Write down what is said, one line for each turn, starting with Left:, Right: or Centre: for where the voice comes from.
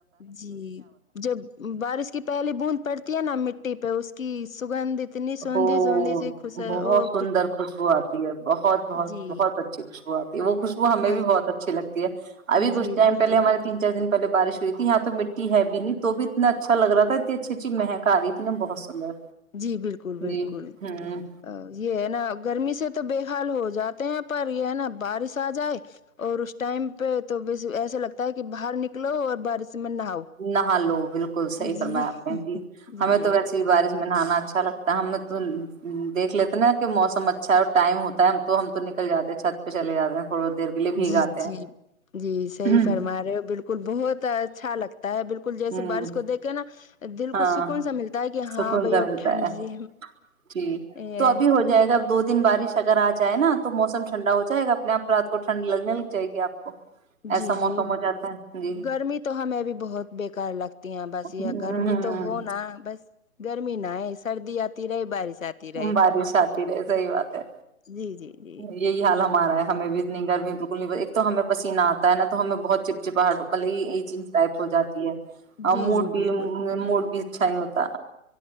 Left: جی جب بارش کی پہلی بوند پڑتی ہے نا م ٹیپ ہے اس کی سگندھ اتنی سوندھی
Right: وہ
Left: سوندھی سی خوش
Right: بہت
Left: وہ
Right: سندر خوشبو آتی ہے بہت بہت
Left: جی
Right: بہت اچھی خوشبو آتی ہے وہ خوشبو ہمیں
Left: بس
Right: بھی بہت اچھی لگتی ہے ابھی کھ
Left: جی
Right: ٹائم
Left: بالکل
Right: پہلے ہمارے تین چار دنہلے بارش ہوئی تھی یہاں تو مٹی ہے بھی نہیں تو بھی اتنا اچھا لگ رہا تھا اچھی اچھی مہنک آ رہی تھی ن بہت سندر
Left: جی بالکل بالکل
Right: جی
Left: بالکل
Right: ہوں
Left: یہ ہے نا گرمی سے تو بے ہل ہو جاتے ہیں پر یہ ہے نا بارش آ جائے اور اس ٹائم پہ تو ب ایسا لگتا ہے کہ باہر نکلو اور بارش میں نہاؤ
Right: نہا لو بالکل صحیح
Left: جی
Right: فرمایا آپ ہیں جی
Left: جی
Right: ہمیں
Left: جی
Right: تو ویسیے ہی بارش میں نہانا اچھا لگتا ہے ہمیں تو دیکھ لیتے نا کہ موسم اچھا ہے ٹائم ہوتا ہے تو ہم تو نکل جاتے ہیں چھت پہ چلے جاتے ہیں تھوڑی دیر کے لیے بھیگاتے
Left: جی جی
Right: ہیں
Left: جی صحیح
Right: ہوں
Left: فرما رہے ہو بالکل بہت اچھا لگتا ہے بالکل اسکول جیسےارش
Right: ہوں
Left: کو دیکیں نا بس دل
Right: ہاں
Left: کو سکون سا ملتا ہے کہ
Right: سکون
Left: ہاں بھائی
Right: سا
Left: اب
Right: ملتا
Left: ٹھنڈ
Right: ہے
Left: سی
Right: جی
Left: یہ
Right: تو ابھی ہو جائے گا ب دو دن بارش اگر آ جائے نا تو موسم ٹھنڈا ہو جائے گا اپنے آپ رات کو ٹھنڈ لگنے لگ جائے گی آپ کو
Left: جی
Right: ایسا
Left: جی
Right: موسم ہو جاتا ہے جی
Left: گرمی تو ہمیں بھی بہت بیکار لگتا تی بس
Right: ہ
Left: یہ گرمی تو ہوناا بس گرمی نہ ہے سردی آتی رہے بارش آتی رہے
Right: بارش آتی رہے صحی بات ہے
Left: جی جی جی
Right: یہی حال ہم مارا ہے ہمیں بھی نہیں گرمی بالکل نہیں ایک تو ہمیں پسینہ آتا ہے نہا تو ہمیں بہت چپ چپاہٹ بلے یہ چیز ٹائپ ہو جاتی ہے اور
Left: جی
Right: موڈ
Left: جی
Right: بھی
Left: بالکل
Right: مو بھی اچھا ہی ہوتا